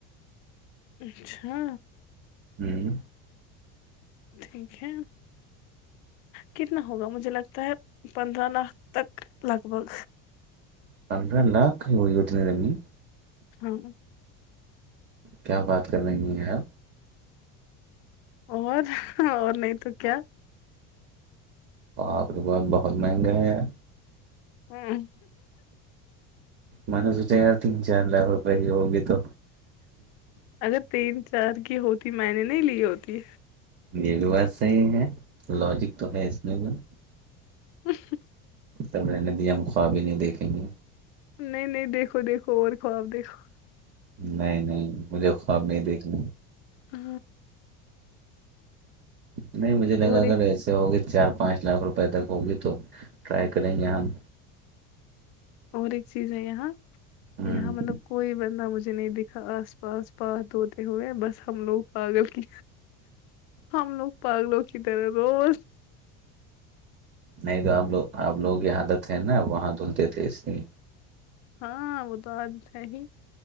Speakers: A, on the left (about 80°); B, on the right (about 30°).
A: اچھا
B: ہوں
A: ٹھیک ہے کتنا ہوگا مجھے لگتا ہے پندرہ لاکھ تک لگ بھگ
B: پندرہ لاکھ ہی اتنے دمی
A: ہاں
B: کیا بات کر رہی ہیں یار
A: اور اور نہیں تو کیا
B: تو آپ کے پاس بہت مہنگا ہے یار
A: ہاں
B: منسوٹ ار تن چان لا بپ یہ ہوگ تو
A: اگر تین چار کی ہوتی میں نے نہیں لی ہوتی
B: یہ بھی بات صحیح ہے لوجک تو ہے اس میں ب
A: وفت
B: تب رہنے دیا ہم خواب ہی نہیں دیکھیں گے
A: نہیں نہیں دیکھو دیکھو اور خواب دیکھو
B: نہیں نہیں مجھے خواب نہیں دیکھنا
A: ہ
B: نہیں مجھے لگا
A: اور
B: اگر
A: ایک
B: ایسے ہوگی چار پانچ لاکھ روپے تک ہوگی تو ٹرائی کریں گے ہم
A: اور ایک چیز ہے یہاں
B: ہوں،
A: یہاں مطلب کوئی بندہ مجھے مجھ نہیں دیکھا آس پاس پات دھوتے ہوئے بس ہم لوگ پاگل کی ہم لوگ پگ لو کی طرح روز
B: نہیں تو آپ لوگ آپ لوگ یہ عادت ہے نا وہاں دھلتے تھے اس لی
A: ہاں وہ تو آج ہے ہی